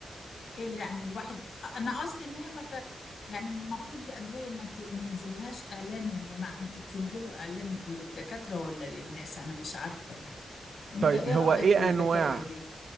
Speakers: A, on the left; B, on the right.
A: ايه اللي يعني الواحد انا قصدي ان هي ما ت... يعني المفروض دي ادويه ما ت... ما ينزلهاش اعلان يا جماعه انتوا بتنزلوا اعلان للدكاتره ولا للناس انا مش عارفه يعني انت
B: طيب
A: ايه
B: هو
A: رايك
B: ايه
A: في الحكايه
B: انواع
A: دي